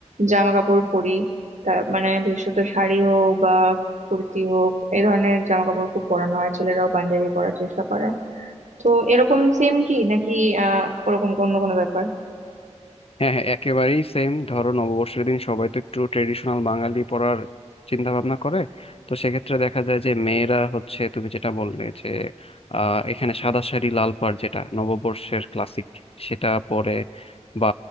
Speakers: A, on the right; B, on the left.
A: জামা কাপড় পরি তা মানে বিশেষত শাড়ি হোক বা কুর্তি হোক এই ধরনের জামা কাপড় খুব পরানো হয় ছেলেরাও পাঞ্জাবি পরার চেষ্টা করে তো এরকম সেম কি নাকি আহ ওরকম অন্য কোনো ব্যাপার
B: হ্যাঁ হ্যাঁ একেবারেই সেম ধরো নববর্ষের দিন সবাই তো একটু ট্রেডিশনাল বাঙালি পড়ার চিন্তা ভাবনা করে তো সেক্ষেত্রে দেখা যায় যে মেয়েরা হচ্ছে তুমি যেটা বললে যে আহ, এখানে সাদা শাড়ি লাল পাড় যেটা নববর্ষের ক্লাসিক সেটা পরে বা